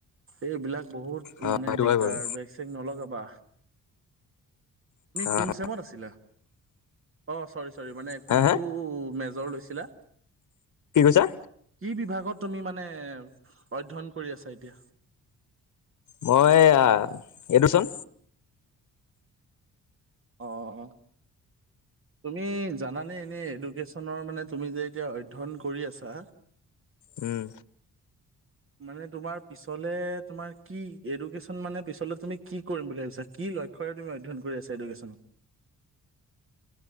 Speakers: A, on the right; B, on the left.
A: এইবিলাক- বহুত
B: অ'
A: মানে
B: সেইটো
A: দিগদাৰ
B: হয় বাৰু।
A: বেক চেক নলগাবা।
B: অ'
A: কোন চেমত আছিলা অ চৌৰি চৌৰি মানে কোন
B: হা হা
A: মেজৰ- লৈছিলা
B: কি কৈছা?
A: কি বিভাগত? তুমি মানে অধ্যয়ন কৰি আছা এতিয়া।
B: মই এইটোচোন
A: আহ। তুমি জানানে এনেই এডুকেশ্যনৰ মানে তুমি যে এতিয়া অধ্যয়ন কৰি আছা।
B: উম।
A: মানে তোমাৰ পিছলে তোমাৰ কি এডুকেশ্যন মানে পিছলে তুমি কি কৰিম বুলি ভাবিছা কি? লক্ষ্যৰে তুমি অধ্যয়ন কৰি আছা এডুকেশ্যন।